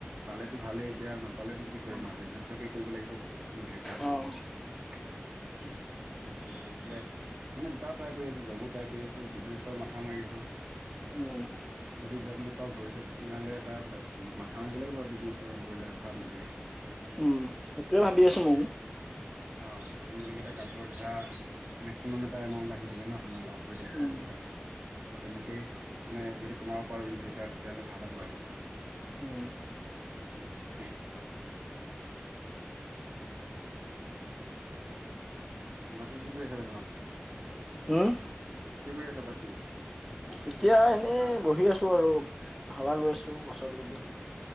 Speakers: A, on the right (about 45°); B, in the centre.
A: পালেতো ভালেই এতিয়া, নাপালেতো কি
B: অ',
A: কৰিম আৰু বিজনেছকে কৰিব লাগিব ইন ফিউচাৰ।
B: উম।
A: উম বাকী সেইফালে মানে দুটাও ট্ৰাই কৰি আছো জবো ট্ৰাই কৰি আছো বিজনেছৰ মাথা মাৰি আছো।
B: উম
A: যদি জব নাপাওঁ ভৱিষ্যত তেনেহ'লে এটা মাথা মাৰিব লাগিব আৰু বিজনেছৰ বইলাৰ ফাৰ্মটোৱে।
B: উম, সেইটোৱে ভাবি আছো ময়ো।
A: <inaudible> অঁ, ‌ তুমি যেনেকে এতিটা কাপোৰ ধৰা মেক্সিমাম এটা এমাউণ্ট আহি থাকে ন তোমাৰ লাভ হৈ থাকিব
B: উম,
A: ইনকাম, ত তেনেকেইে মানে যদি কমাব পাৰো ইন ফিউচাৰ তেতিয়াহ'লে ভাল হ'ব আৰু।
B: উম
A: <inaudible> বাকী কি কৰি আছে বৰ্তমান?
B: হম
A: কি কৰি আছা বাকী?
B: এতিয়া এনেই বহি আছো আৰু হাৱা লৈ আছো গছৰ তলত বহি।